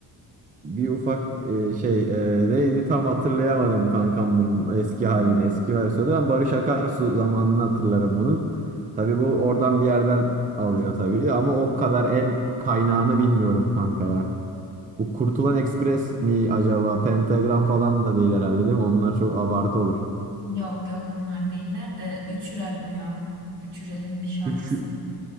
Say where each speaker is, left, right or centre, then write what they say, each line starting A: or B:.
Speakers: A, on the right (about 20°); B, on the right (about 70°).
A: bir ufak e, şey e, neydi tam hatırlayamadım kankam bunun eski
B: Hı.
A: halini eski versiyonu. Ben Barış Akarsu zamanını hatırlarım bunun. Tabii bu oradan bir yerden alıyor tabii ama o kadar en kaynağını bilmiyorum kanka ya. Bu Kurtulan Express mi acaba? Pentagram falan da değil herhalde değil mi? Onlar çok abartı olur.
B: Yok yok onlar değiller de Üçürel bu ya. Üçürel'in bir şarkısı.
A: Üç